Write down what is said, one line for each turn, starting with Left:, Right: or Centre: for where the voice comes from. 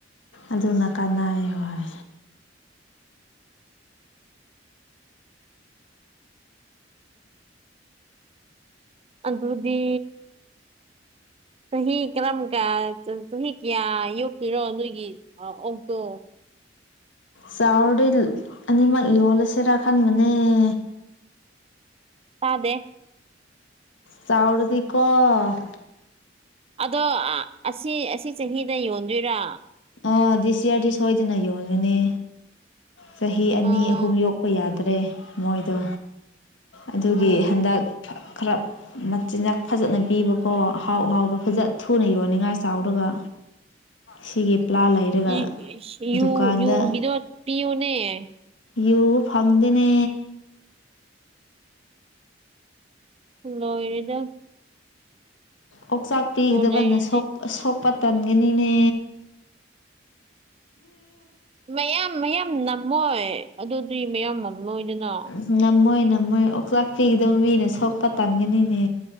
Left: ꯑꯗꯨꯅ ꯀꯥꯟꯅꯩ ꯍꯣꯏ
Right: ꯑꯗꯨꯗꯤ ꯆꯍꯤ ꯀꯔꯝꯀ ꯀꯟ ꯆꯍꯤ ꯀꯌꯥ ꯌꯣꯛꯄꯤꯔꯣ ꯅꯣꯏꯒꯤ ꯑꯣꯛꯇꯣ
Left: ꯆꯥꯥꯎꯔꯗꯤ ꯑꯅꯤ ꯃꯛ ꯌꯣꯜꯂꯁꯤꯔ ꯈꯟꯕꯅ‌ꯦ
Right: ꯇꯥꯗꯦ
Left: ꯆꯥꯎꯔꯗꯤꯀ‌ꯣ
Right: ꯑꯗꯣ ꯑꯁꯤ ꯑꯁꯤ ꯆꯍꯤꯗ ꯌꯣꯟꯗꯣꯏꯔꯥ
Left: ꯑ ꯗꯤꯁ ꯌꯥꯔꯗꯤ ꯁꯣꯏꯗꯅ ꯌꯣꯟꯒꯅꯤ ꯆꯍꯤ ꯑꯅꯤ
Right: ꯑꯣ
Left: ꯑꯍꯨꯝ ꯌꯣꯛꯄ ꯌꯥꯗꯦ ꯃꯣꯏꯗꯣ ꯑꯗꯨꯒꯤ
Right: ꯑꯣ
Left: ꯍꯟꯗꯛ ꯈꯔ ꯃꯆꯤꯟꯖꯥꯛ ꯐꯖꯅ ꯄꯤꯕꯀꯣ ꯑꯍꯥꯎ ꯍꯥꯎꯕ ꯐꯖ ꯊꯨꯅ ꯌꯣꯟꯅꯤꯡꯉꯥꯏ ꯆꯥꯎꯔꯒ ꯁꯤꯒꯤ ꯄ꯭ꯂꯥ ꯂꯩꯔꯒ
Right: ꯌ ꯌ ꯌꯨ
Left: ꯗꯨꯀꯥꯟꯗ
Right: ꯌꯨꯒꯤꯗꯨ ꯄꯤꯌꯨꯅ‌ꯦ
Left: ꯌꯨ ꯐꯪꯗ‌ꯦꯅꯦ
Right: ꯂꯣꯔ‌ꯦꯗ
Left: ꯑꯣꯆꯥꯛꯇꯤ ꯗꯕꯅ
Right: ꯂꯩꯔꯗꯤ
Left: ꯁ‌ꯣꯛ ꯁꯣꯛꯄ ꯇꯥꯟꯒꯅꯤꯅꯦ
Right: ꯃꯌꯥꯝ ꯃꯌꯥꯝ ꯅꯝꯃꯣꯏ ꯑꯗꯨꯗꯤ ꯃꯌꯥꯝ ꯅꯝꯂꯣꯏꯗꯅ
Left: ꯎ ꯉꯝꯃꯣꯏ ꯉꯝꯃꯣꯏ ꯑꯣꯛꯆꯥꯛꯇꯤ ꯑꯗꯨꯝ ꯃꯤꯅ ꯁꯣꯛꯄ ꯇꯟꯒꯅꯤꯅꯦ